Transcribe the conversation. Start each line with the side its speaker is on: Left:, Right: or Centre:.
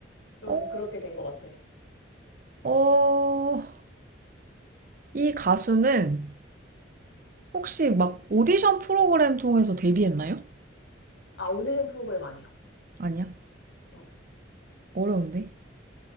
Left: 좀
Right: 어,
Left: 그렇게 된 것 같아.
Right: 어, 이 가수는 혹시 막 오디션 프로그램 통해서 데뷔했나요?
Left: 아, 오디션 프로그램 아니야.
Right: 아니야.
Left: 어.
Right: 어려운데.